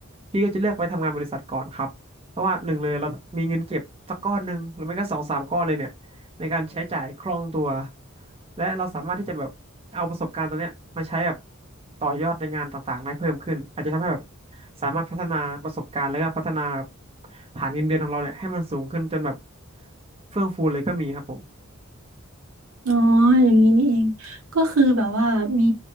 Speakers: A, on the right (about 25°); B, on the right (about 80°).
A: พี่ก็จะเลือกไปทำงานบริษัทก่อนครับเพราะว่าหนึ่งเลยเรามีเงินเก็บสักก้อนหนึ่งหรือไม่ก็สองสามก้อนเลยเนี่ยในการใช้จ่ายคล่องตัวและเราสามารถที่จะแบบเอาประสบการณ์ตรงเนี้ยมาใช้แบบต่อยอดในงานต่างๆได้เพิ่มขึ้นอาจจะทำให้แบบสามารถพัฒนาประสบการณ์แล้วก็พัฒนาฐานเงินเดือนของเราเนี่ยให้มันสูงขึ้นจนแบบเฟื่องฟูเลยก็มีครับผม
B: อ๋ออย่างนี้นี่เองก็คือแบบว่ามี